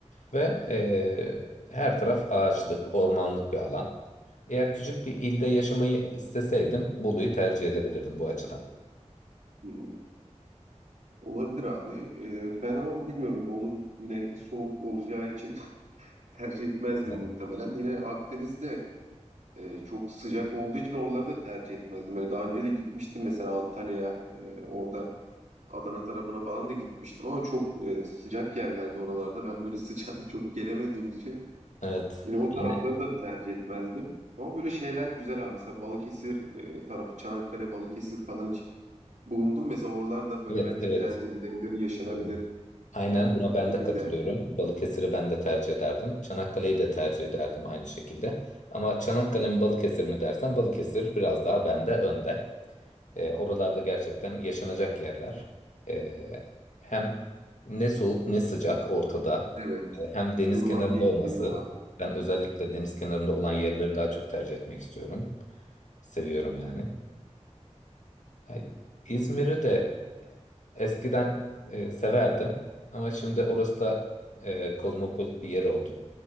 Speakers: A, on the left; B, on the right.
A: Ve eee, her taraf ağaçlık, ormanlık bir alan. Eğer küçük bir ilde yaşamayı isteseydim Bolu'yu tercih edebilirdim bu açıdan.
B: Hı. Olabilir abi. E, ben ama bilmiyorum Bolu yine soğuk olacağı için <laughs> tercih etmezdim
A: Evet,
B: muhtemelen. Yine Akdeniz'de e, çok sıcak olduğu için oraları da tercih etmezdim. Böyle daha önce de gitmiştim mesela Antalya'ya. E, orada Adana tarafına falan da gitmiştim ama çok e, sıcak yerlerde oralarda. Ben böyle <laughs> sıcağa da çok gelemediğim için
A: evet,
B: yine o tarafları
A: yani,
B: da tercih etmezdim. Ama böyle şeyler güzel abi. Mesela Balıkesir e, tarafı Çanakkale, Balıkesir falan hiç bulundum. Mesela oralarda böyle
A: evet,
B: bence
A: evet.
B: tercih edilebilir, yaşanabilir
A: Evet. Aynen
B: e,
A: buna
B: iklimiyle.
A: ben de katılıyorum. Balıkesir'i ben de tercih ederdim. Çanakkale'yi de tercih ederdim aynı şekilde. Ama Çanakkale mi Balıkesir mi dersen Balıkesir biraz daha bende önde. E, oralarda gerçekten yaşanacak yerler. E, hem ne soğuk ne sıcak ortada.
B: Evet,
A: E, hem deniz
B: ılıman
A: kenarında
B: bir
A: olması.
B: iklimi var.
A: Ben özellikle deniz kenarında olan yerleri daha çok tercih etmek istiyorum. Seviyorum yani. Ha, İzmir'i de eskiden e, severdim. Ama şimdi orası da e, kozmopolit bir yer oldu.